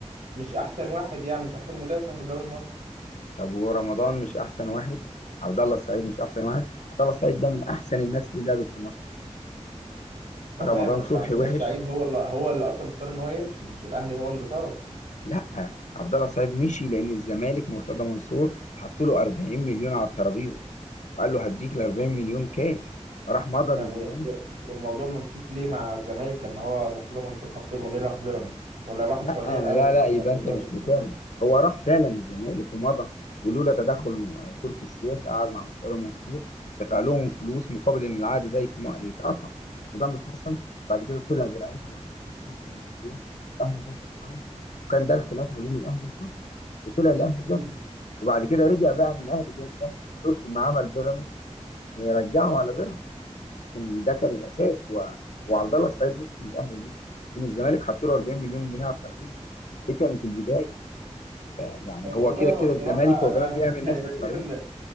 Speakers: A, on the right (about 75°); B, on the left (about 80°).
A: مش احسن واحد يعني مش احسن مدافع في الدوري المصري
B: طب ورمضان مش احسن واحد عبد الله السعيد مش احسن واحد عبد الله السعيد ده من احسن الناس اللي لعبت في مصر
A: تمام
B: رمضان
A: بس
B: صبحي
A: عبد الله
B: وحش
A: السعيد هو اللي هو اللي اصلا اختار ان هو يمشي مش الاهلي هو اللي طرد
B: لا عبد الله السعيد مشي لان الزمالك مرتضى منصور حط له 40 مليون على الترابيزه وقال له هديك ال 40 مليون كاش فراح مضى
A: طب
B: للزمالك
A: و... و... والموضوع ما مشيش ليه مع الزمالك لما هو مرتضى منصور حط له ليه راح بيراميدز ولا راح
B: لا
A: السعوديه الاول
B: لا لا
A: تقريبا
B: يبقى
A: قبل
B: انت
A: بيراميدز
B: مش متابع
A: كمان
B: هو راح فعلا الزمالك ومضى ولولا تدخل تركي الشيخ قعد مع مختار منصور ودفع لهم فلوس مقابل ان العقد ده يتم- يتقطع وده اللي حصل وبعد كده طلع برعايه مر- تركي آل الشيخ اهلي جده السعودي وكان ده الخلاف ما بين الاهلي وتركي وطلع لاهلي جده
A: مم.
B: وبعد كده رجع بقى من اهلي جده تركي ما عمل بيراميدز آه، رجعه على بيراميدز لكن ده كان الاساس هو هو عبد الله السعيد مش من الاهلي ليه؟ لان الزمالك حط له 40 مليون جنيه على الترابيزه دي كانت البدايه يعني
A: آه، والله
B: هو كده
A: هو
B: كده
A: بصراحه
B: الزمالك هو
A: انا
B: كمان
A: <laughs>
B: بيعمل
A: يعني
B: نفس
A: بشوف
B: الطريقه
A: ان